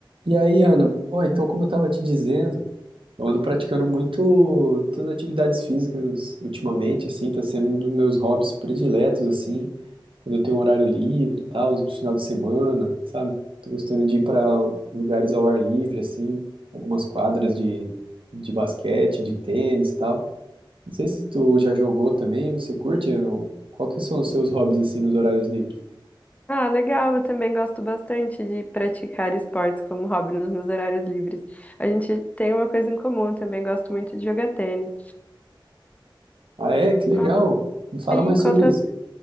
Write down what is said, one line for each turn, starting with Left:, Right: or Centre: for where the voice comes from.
Right: E aí, Ana, Oi, então como eu estava te dizendo, eu ando praticando muito, muitas atividades físicas ultimamente, assim, tá sendo um dos meus hobbies prediletos, assim, quando eu tenho um horário livre e tal, no final de semana, sabe? Tô gostando de ir para lugares ao ar livre, assim, algumas quadras de, de basquete, de tênis e tal. Não sei se tu já jogou também, você curte? Eu- Qual que são os seus hobbies, assim, nos horários livres?
Left: Ah, legal. Eu também gosto bastante de praticar esportes como hobby nos meus horários livres. A gente tem uma coisa em comum, eu também gosto muito de jogar tênis.
Right: Ah, é? Que legal!
Left: Quanto
Right: Me fala
Left: sim,
Right: mais
Left: quantas.
Right: sobre isso.